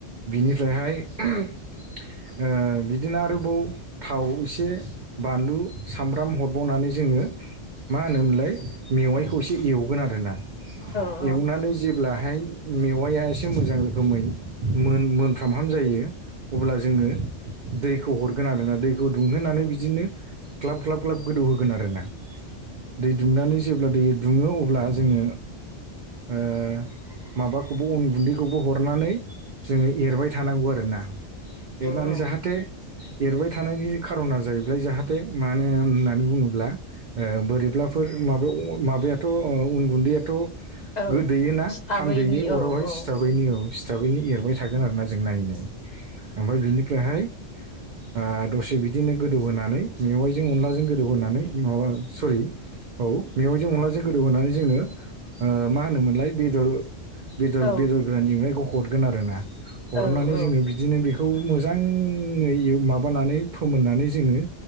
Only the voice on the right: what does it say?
बिनिफ्रायहाय ओ बि दिनो आरोबाव थाव एसे, बानलु, सामब्राम हरबावनानै जोङो मा होनोमोनलाय मेवाइखौ एसे एवगोन आरोना।
एवनानै जे ब्लाहाय मेवाया एसे मोजां रोखोमै मोनमोनफ्रामहाम जायो अब्ला जोङो दैखौ हरगोन आरोना। दैखौ दुंहोनानै बिदिनो ग्लाब ग्लाब ग्लाब गोदौहोगोन आरोना। दै दुंनानै जेब्ला दै दुङो अब्ला जोङो ओ माबाखौबो अन गुन्दैखौबो हरनानै जोङो एरबाय थानांगौ आरोना। एरनानै
जाहा थे एरबाय थानायनि खार'ना जाहैबाय जाहाथे मानो होननानै बुङोब्ला ओ बोरैब्लाफोर माबायाव माबायाथ' उन गुन्दैयाथ'
गोदोयोना
खामदोयो अरावहाय
सिथाबैनो औ सिथाबैनो एरबाय थागोन आरोना जों नायै नायै ओमफ्राय बिनिफ्रायहाय
आ दसे बिदिनो गोदौहोनानै मेवाइजों अनलाजों गोदौहोनानै माबा सरि औ मेवाइजों अनलाजों गोदौ होनानै जोङो ओ मा होनोमोनलाय बेदर बेदर
बेदर गोरान एवनायखौ हरगोन आरोना।
हरनानै जोङो बिदिनो बे खौ मोजाङै माबानानै फोमोननानै जोङो